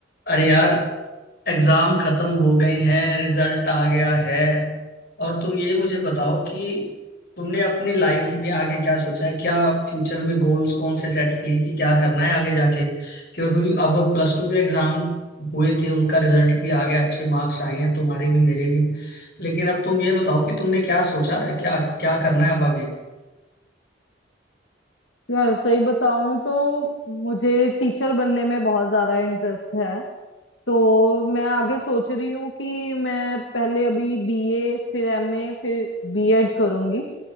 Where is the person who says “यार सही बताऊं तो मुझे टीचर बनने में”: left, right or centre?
Left